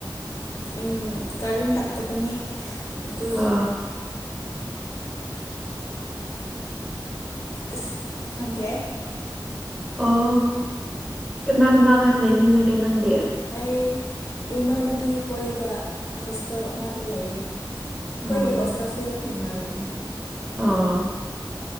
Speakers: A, on the left (about 40°); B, in the centre.
A: ꯎꯝ ꯀꯔꯤꯝ ꯂꯥꯛꯇꯕꯅꯤ ꯑꯗꯨ
B: ꯍꯥ
A: ꯏꯁ ꯈꯪꯗꯦꯍꯦ
B: ꯑꯣ ꯀꯅꯥ ꯀꯅꯥꯒ ꯂꯩꯃꯤꯟꯅꯒꯦ ꯅꯪꯗꯤ
A: ꯑꯩ ꯏꯃꯥꯟꯅꯕꯤ ꯈꯣꯏꯒ ꯍꯣꯁꯇꯦꯜ ꯑꯃꯗ ꯂꯩꯌꯦ ꯑꯩꯈꯣꯏꯒꯤ
B: ꯎꯝ
A: ꯍꯣꯁꯇꯦꯜꯁꯨ ꯌꯥꯝ ꯅꯨꯡꯉꯥꯏꯕꯅꯤ
B: ꯑꯣ